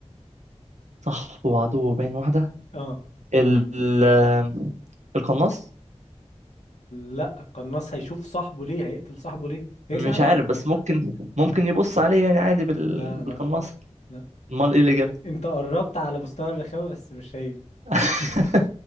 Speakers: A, on the right (about 90°); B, on the left (about 80°).
A: صاحبه وعدوه بين واحدة
B: اه
A: ال ال- القناص
B: لا القناص هيشوف صاحبه ليه هيقتل صاحبه ليه هيطلع
A: مش
B: عدو
A: عارف بس ممكن ممكن يبص عليه يعني عادي بال...
B: لا
A: بالقناص
B: لا لا
A: امال ايه الإجابة
B: انت قربت على مستوى الرخامة بس مش هي
A: <laughs>